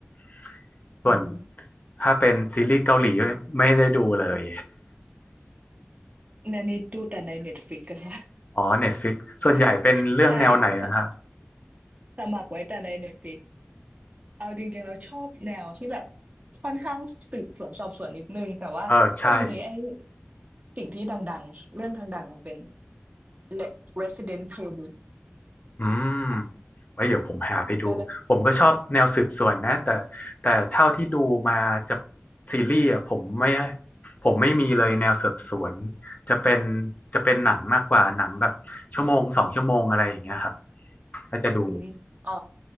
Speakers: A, on the left; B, on the right.
A: ำส่วน
B: อืม
A: ถ้าเป็นซีรีส์เกาหลีไม่ได้ดูเลย
B: ในนี้ดูแต่ในเน็ตฟลิกอะค่ะ
A: <laughs> อ๋อ Netflix ส่วนใหญ่เป็นเรื่องแนวไหนนะครับ
B: <laughs> ใช่สสมัครไว้แต่ในเน็ตฟลิก เอาจริงๆเราชอบแนวที่แบบค่อนข้างสืบสวนสอบสวนนิดนึงแต่ว่าช่วงนี้ไอ้
A: เออใช่
B: สิ่งที่ดังๆเรื่องดังๆมันเป็น e Resident Playbook
A: อืม
B: ค่ะ
A: ไว้เดี๋ยวผมหาไปดู
B: ก็เลย
A: ผมก็ชอบแนวสืบสวนนะแต่แต่เท่าที่ดูมาจะซีรีส์อ่ะผมไม่ผมไม่มีเลยแนวสืบสวนจะเป็นจะเป็นหนังมากกว่าหนังแบบชั่วโมงสองชั่วโมงอะไรอย่างเงี้ยครับถ้าจะดู
B: อืมอ๋อ